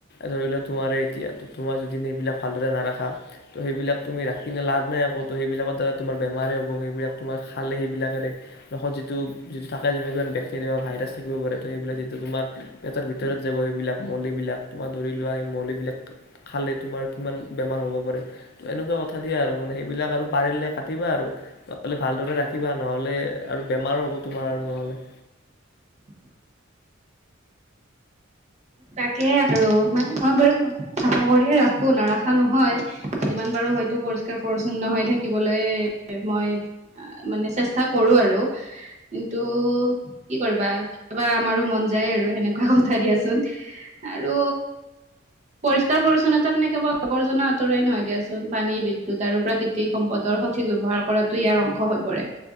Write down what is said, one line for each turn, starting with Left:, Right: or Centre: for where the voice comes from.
Left: ধৰি লোৱা তোমাৰে, এতিয়া তোমাৰ যদি এই বিলাক ভালদৰে নাৰাখা ত' সেইবিলাক তুমি ৰাখিলে লাভ নাই। আকৌ, ত' সেইবিলাকৰ দ্বাৰা তোমাৰ বেমাৰে হ'ব। সেইবিলাক, তোমাৰ খালে সেইবিলাক ত' যিটো, যিটো থাকে। বেক্টেৰিয়া বা ভাইৰাছ থাকিব পাৰে। ত' সেইবিলাক যিটো তোমাৰ পেটৰ ভিতৰত যাব সেইবিলাক মলিবিলাক। তোমাৰ ধৰি লোৱা সেই মলিবিলাক খালে তোমাৰ কিমান বেমাৰ হ'ব পাৰে। ত' এনেকুৱা কথা দিয়ে আৰু। সেইবিলাক আৰু পাৰিলে কাটিবা আৰু। নহ'লে ভালদৰে ৰাখিবা। নহ'লে আৰু বেমাৰো হ'ব তোমাৰ আৰু নহ'লে।
Right: <unintelligible> তাকে আৰু নাই, মই বাৰু নখ বিলাক চাফা কৰিয়ে ৰাখোঁ নাৰাখা নহয়। যিমান পাৰোঁ হয়তো, পৰিষ্কাৰ পৰিচ্ছন্ন হৈ থাকিবলৈ মই মানে, চেষ্টা কৰোঁ আৰু। কিন্তু, কি কৰিবা! কেতিয়াবা আমাৰো মন যায় আৰু সেনেকুৱা কথা দিয়াচোন। আৰু পৰিষ্কাৰ পৰিচ্ছন্নতা মানে, কেৱল আৱৰ্জনা আঁতৰাই নহয় দিয়াচোন। পানী, বিদ্যুৎ আৰু প্ৰাকৃতিক সম্পদত ৰ সঠিক ব্যৱহাৰ কৰাটো ইয়াৰ অংশ হৈ পৰে।